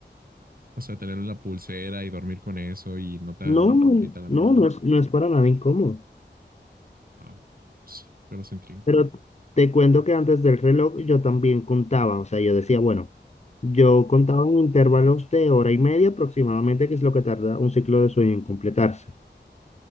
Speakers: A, on the right (about 50°); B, on the left (about 35°).
A: O sea, tener una pulsera y dormir con eso y no te aprieta
B: No, no,
A: la mano.
B: no, no es, no es para nada incómodo.
A: Ah, bueno, pues, yo lo sentiría incómodo.
B: Pero te cuento que antes del reloj yo también contaba, o sea, yo decía, bueno, yo contaba en intervalos de hora y media aproximadamente, que es lo que tarda un ciclo de sueño en completarse.